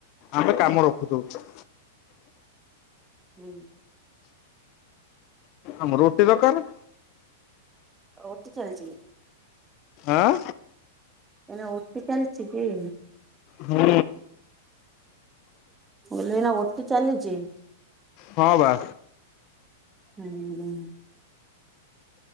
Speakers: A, on the left; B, on the right.
A: ଆମେ କାମ ରଖୁ ଦଉଛୁ।
B: ହୁଁ।
A: ଆମର ଓ ଟି ଦରକାରେ।
B: ଓ ଟି ଚାଲିଛି କି?
A: ଆଁ?
B: ଏଇନେ ଓ ଟି ଚାଲିଛି କି?
A: ହୁଁ।
B: ମୁଁ କହିଲି ଏଇନା ଓ ଟି ଚାଲିଛି?
A: ହଁ ବା।
B: ହୁଁ- ହୁଁ।